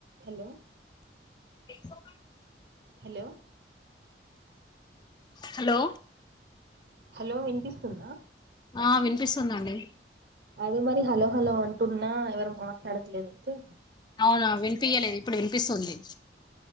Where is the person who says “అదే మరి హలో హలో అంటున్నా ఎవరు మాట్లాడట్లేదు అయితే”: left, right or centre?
Right